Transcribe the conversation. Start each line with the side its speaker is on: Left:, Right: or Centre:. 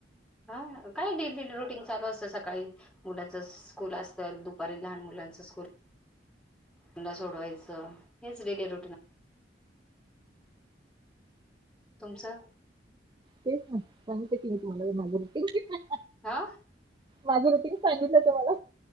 Centre: हा काय द. काय नाही रुटीन चालू असतं सकाळी मुलांच स्कूल असतं दुपारी लहान मुलांच स्कूल त्यांला सोडवायचं हेच डेली रुटीन तुमचं
Right: तेच ना सांगत की मी तुम्हाला माझं रुटीनचं
Centre: हा
Right: माझी रतीने सांगितलं तुम्हाला